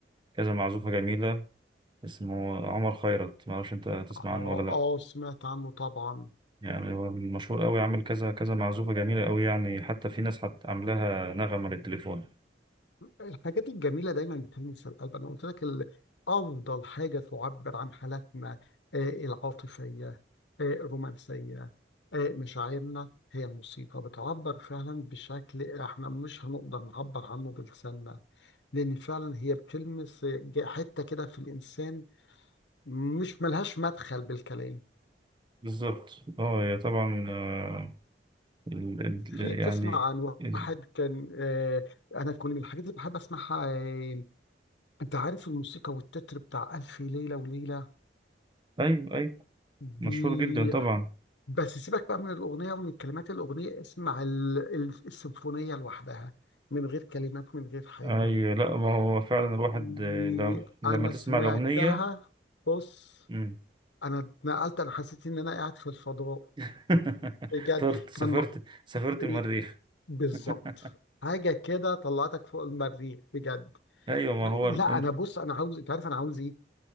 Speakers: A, on the right (about 25°); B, on the left (about 80°).
A: كذا معزوفة جميلة اسمه عمر خيرت ما اعرفش انت تسمع
B: اه
A: عنه ولا لا
B: اه سمعت عنه طبعا
A: يعني هو مشهور قوي عامل كذا كذا معزوفة جميلة قوي يعني حتى في ناس حت عاملاها نغمة للتليفون
B: الحاجات الجميلة دايما بتلمس القلب أنا قلت لك ال- أفضل حاجة تعبر عن حالاتنا آه، العاطفية آه، الرومانسية آه، مشاعرنا هي الموسيقى بتعبر فعلا بشكل احنا مش هنقدر نعبر عنه بلساننا لأن فعلا هي بتلمس آه، ج- حتة كده في الإنسان مش ملهاش مدخل بالكلام
A: بالظبط اه هي طبعا آه، ال ال
B: في تسمع
A: يعني
B: عن
A: ال
B: واحد كان آه، أنا كل من الحاجات اللي بحب أسمعها آه، أنت عارف الموسيقى والتتر بتاع ألف ليلة وليلة
A: ايوه ايوه
B: دي
A: مشهور جدا طبعا
B: بس سيبك بقى من الأغنية ومن الكلمات الأغنية اسمع ال... ال- السيمفونية لوحدها من غير كلمات من غير حاجة
A: اي لا ما هو فعلا الواحد
B: دي
A: آه، لم- لما
B: أنا
A: تسمع
B: سمعتها
A: الأغنية
B: بص
A: مم.
B: أنا اتنقلت أنا حسيت إن أنا قاعد في الفضاء
A: <laughs>
B: بجد
A: طرت سافرت
B: كان م-
A: سافرت
B: إيه،
A: المريخ
B: بالظبط
A: <laughs>
B: حاجة كده طلعتك فوق المريخ بجد
A: ايوه ما هو انت
B: لا أنا بص أنا عاوز أنت عارف أنا عاوز إيه؟